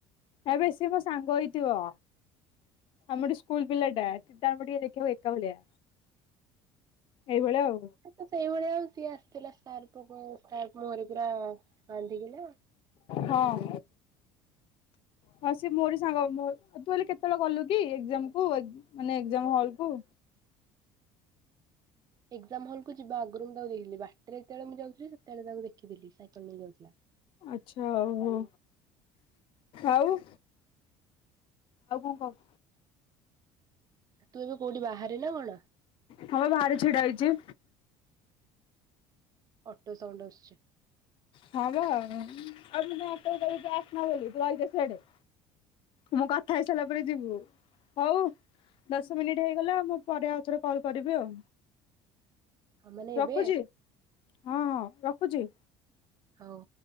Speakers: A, on the left (about 55°); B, on the right (about 35°).
A: ଆବେ ସିଏ ମୋ ସାଙ୍ଗ ହେଇଥିବ। ଆମରି ସ୍କୁଲ ପିଲାଟା ଦିଇ ଟା ଯାକ ଦେଖିବାକୁ ଏକା ଭଳିଆ। ଏଇଭଳିଆ ଆଉ।
B: ସିଏତ ସେଇଭଳିଆ ଆଉ ସିଏ ଆସିଥିଲା ସ୍କାରଙ୍କ ମୁହଁରେ ପୁରା ବାନ୍ଧିକିନା।
A: ହଁ। ହଁ ସେ ମୋରି ସାଙ୍ଗ ତୁ କାଲି କେତେବେଳେ ଗଲୁ କି ଏକ୍ଜାମ କୁ ମାନେ ଏକ୍ଜାମ ହଲ କୁ?
B: ଏକ୍ଜାମ ହଲକୁୁ ଯିବା ଆଗରୁ ମୁଁ ତାକୁ ଦେଖଥିଲି ବାଟରେ ଯେତେବେଳେ ମୁଁ ଯାଉଥିଲି ସେତେବେଳେ ତାକୁ ଦେଖିଥିଲି ସାଇକେଲ ନେଇ ଯାଉଥିଲା।
A: ଆଛା ଓହୋ ଆଉ? ଆଉ କଣ କହ?
B: ତୁ ଏବେ କୋଉଠି ବାହାରେ ନା କଣ?
A: ହଁ ପା ବାହାରେ ଛିଡ଼ା ହେଇଛି।
B: ଅଟୋ ସାଉଣ୍ଡ ଆସୁଛି।
A: ହଁ ବା ଆରେ ମୁଁ କଣ ଅଟୋ କୁ କହିବି ତୁ ଆସେନା ବୋଲି ତୁ ରହିଯା ସିଆଡେ। ମୁଁ କଥା ହେଇସାରିଲା ପରେ ଯିବୁ ହଉ। ଦଶ ମିନିଟ ହେଇଗଲା ମୁଁ ପରେ ଆଉ ଥରେ କଲ କରିବି ଆଉ।
B: ହଁ ମାନେ
A: ରଖୁଛି
B: ଏବେ
A: ହଁ ହଁ ରଖୁଛି।
B: ହଉ।